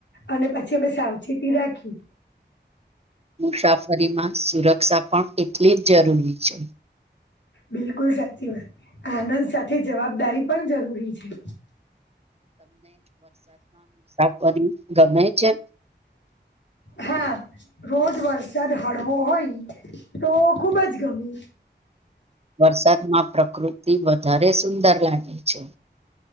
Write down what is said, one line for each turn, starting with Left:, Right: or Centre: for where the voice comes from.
Left: અને પછી અમે સાવચેતી રાખી,
Right: મુસાફરીમાં સુરક્ષા પણ એટલી જ જરૂરી છે,
Left: બિલકુલ સાચી વાત આનંદ સાથે જવાબદારી પણ જરૂરી છે.
Right: વરી ગમે છે,
Left: હા, રોજ વરસાદ હળવો હોય તો ખુબ જ ગમે
Right: વરસાદમાં પ્રકૃતિ વધારે સુંદર લાગે છે,